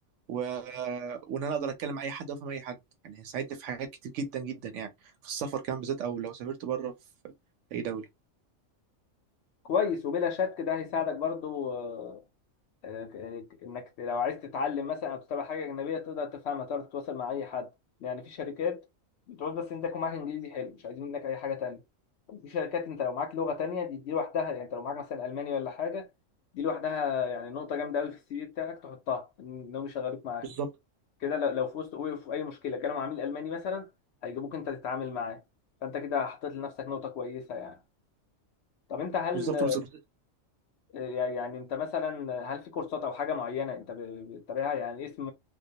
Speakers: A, on the right; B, on the left.
A: و... وان انا اقدر اتكلم مع اي حد وافهم اي حد يعني هيساعدني في حاجات كتير جدا جدا يعني في السفر كمان بالذات او لو سافرت بره في اي دوله
B: كويس وبلا شك ده هيساعدك برضو آه، آه، انك لو عايز تتعلم مثلا او تتابع حاجه اجنبيه تقدر تفهمها تقدر تتواصل مع اي حد يعني في شركات بتقول بس انت يكون معاك انجليزي حلو مش عايزين منك اي حاجه تانية في شركات انت لو معاك لغه تانية دي دي لوحدها يعني انت لو معاك مثلا الماني ولا حاجه دي لوحدها يعني نقطه جامده قوي في السي في بتاعك تحطها إن- انهم يشغلوك معاه
A: بالظبط
B: كده لو لو في وسط وقف في اي مشكله كانوا مع عميل الماني مثلا هيجيبوك انت تتعامل معاه فانت كده حطيت لنفسك نقطه كويسه يعني طب انت هل
A: بالظبط بالظبط
B: يعني انت مثلا هل في كورسات او حاجه معينه انت ب- بتتابعها يعني اسم